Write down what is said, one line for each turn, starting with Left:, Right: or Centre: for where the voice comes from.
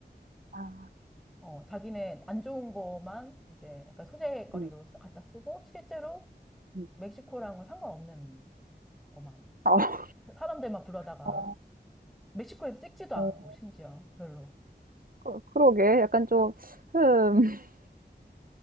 Right: 아.
Centre: 어, 자기네 안 좋은 거만 이제 약간 소재거리로
Right: 음.
Centre: 쓰- 갖다 쓰고 실제로
Right: 음.
Centre: 멕시코랑은 상관없는 것만
Right: 아.
Centre: 사람들만 불러다가
Right: 어.
Centre: 멕시코에서 찍지도 않고
Right: 어
Centre: 심지어 별로.
Right: 그 그러게. 약간 좀 흠 <laughs>